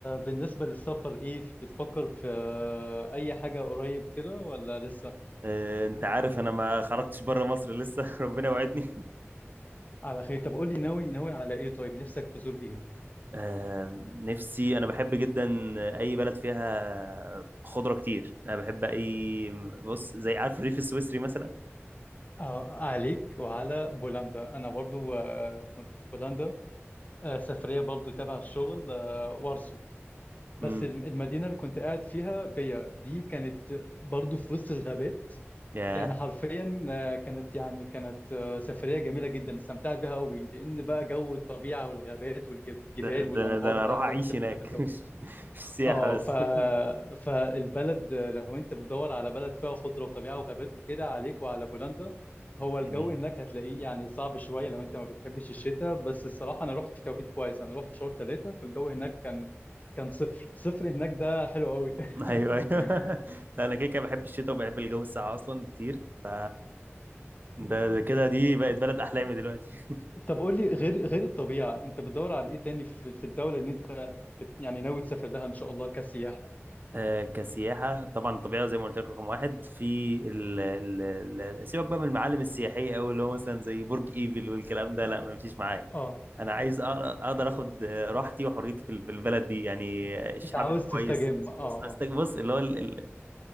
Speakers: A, on the left; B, on the right.
A: بالنسبة للسفر ايه بتفكر في اي حاجة قريب كده ولا لسه
B: آه. انت عارف انا ما خرجتش بره مصر لسه <laughs> ربنا وعدني
A: على خير طب قول لي ناوي ناوي على ايه طيب نفسك تزور ايه
B: آه، نفسي انا بحب جدا اي بلد فيها خضره كتير انا بحب اي بص زي عارف الريف السويسري مثلا
A: آه عليك وعلى بولندا انا برضو آه، كنت في بولندا آه، سفرية برضو تبع الشغل آه، وارسو بس
B: امم
A: الم- المدينة اللي كنت قاعد فيها بيا دي كانت برضو في وسط الغابات
B: يا
A: يعني حرفيا آه، كانت يعني كانت آه، سفرية جميلة جدا استمتعت بيها قوي لأن بقى جو الطبيعة والغابات والجبال
B: ده,
A: والأنهار
B: ده, انا ده انا
A: بقى
B: اروح اعيش
A: لو أنت بتحب
B: هناك
A: الجو
B: <laughs> مش
A: ده
B: مش سياحه
A: اه
B: بس
A: ف... فالبلد آه، لو أنت بتدور على بلد فيها خضرة وطبيعة وغابات وكده عليك وعلى بولندا هو الجو
B: جميل
A: هناك هتلاقيه يعني صعب شوية لو أنت ما بتحبش الشتاء بس الصراحة أنا رحت في توقيت كويس أنا رحت في شهر ثلاثة فالجو هناك كان كان صفر صفر هناك ده حلو قوي
B: ايوه
A: <laughs>
B: ايوه <laughs> لا انا كده كده بحب الشتاء وبحب الجو الساقع اصلا بكتير ف ده ده كده دي بقت بلد احلامي دلوقتي
A: طب قول لي غير غير الطبيعة انت بتدور على ايه تاني في في الدولة اللي انت بت يعني ناوي تسافر لها ان شاء الله كسياحة
B: آه، كسياحة طبعا الطبيعة زي ما قلت لك رقم واحد في ال ال ال سيبك بقى من المعالم السياحية أوي اللي هو مثلا زي برج إيفل والكلام ده لا ما يمشيش معايا
A: اه
B: أنا عايز أقدر أقدر آخد آه، راحتي وحريتي في ال- في البلد دي يعني آه، الشعب
A: انت عاوز
B: يبقى
A: تستجم
B: كويس
A: اه
B: بص أستك-
A: اه
B: بص، اللي هو ال- ال-